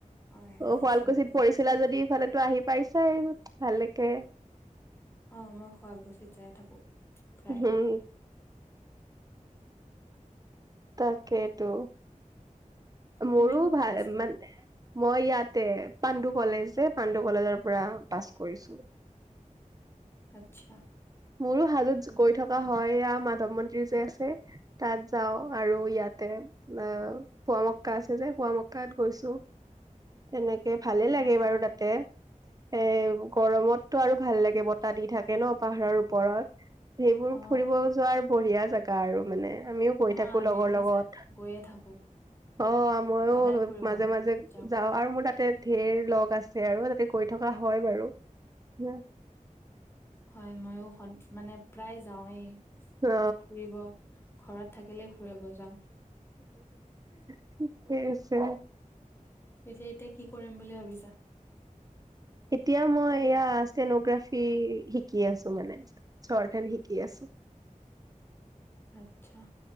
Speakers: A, on the left (about 20°); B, on the right (about 25°).
A: অ এ
B: শুৱালকুছিত
A: ওচৰতে
B: পঢ়িছিলা যদি, ইফালেটো আহি পাইছাই, ভালেকে।
A: অ, মই শুৱালকুছি যাই থাকো। প্ৰায়
B: উম। তাকেইটো। মোৰো
A: তুমি ক'ত
B: ভাল
A: পঢ়িছিলা
B: মানে মই ইয়াতে, পাণ্ডু কলেজ যে, পাণ্ডু কলেজৰ পৰা পাছ কৰিছো।
A: আচ্ছা।
B: মোৰো হাজোত গৈ থকা হয়, এইয়া মাধৱ মন্দিৰ যে আছে। তাত যাওঁ আৰু ইয়াতে অ' পোৱা মক্কা আছে যে, পোৱা মক্কাত গৈছো। তেনেকে ভালে
A: হয়
B: লাগে বাৰু তাতে। এ, গৰমতটো আৰু ভাল লাগে, বতাহ দি থাকে ন' পাহাৰৰ ওপৰত। সেইবোৰ
A: অ
B: ফুৰিব যোৱাৰ বঢ়িয়া জেগা আৰু মানে। আমিও গৈ
A: মই
B: থাকো
A: আবেলি
B: লগৰ লগত।
A: যা গৈয়ে থাকো
B: অ' ময়ো
A: সদায় ফুৰিব
B: মাজে
A: গ
B: মাজে
A: যাওঁ
B: যা অ' আৰু মোৰ তাতে ধেৰ লগ আছে, আৰু তাতে গৈ থকা হয় বাৰু। হম।
A: হয়, ময়ো সন, মানে প্ৰায় যাৱেই
B: অ
A: ফুৰিব। ঘৰত থাকিলেই ফুৰিব যাওঁ।
B: ঠিকেই আছে।
A: পিছে এতিয়া কি কৰিম বুলি ভাবিছা?
B: এতিয়া মই এয়া ষ্টেন'গ্ৰাফি শিকি আছোঁ মানে। চৰ্ট হেণ্ড শিকি আছোঁ।
A: আচ্ছা।